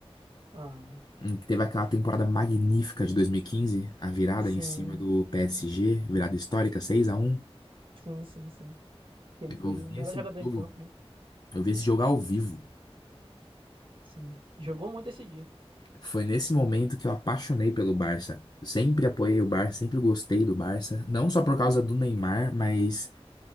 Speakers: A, on the right; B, on the left.
A: Ah,
B: em que Teve aquela temporada magnífica de 2015, a virada
A: sim.
B: em cima do PSG, virada histórica, 6 a 1
A: Sim, sim, sim. que Ele
B: Eu
A: foi
B: vi
A: o melhor
B: esse
A: jogador
B: jogo,
A: em campo, né?
B: eu vi esse jogo ao vivo.
A: Sim. Jogou muito esse dia.
B: Foi nesse momento que eu apaixonei pelo Barça. Sempre apoiei o Barça, sempre gostei do Barça. Não só por causa do Neymar, mas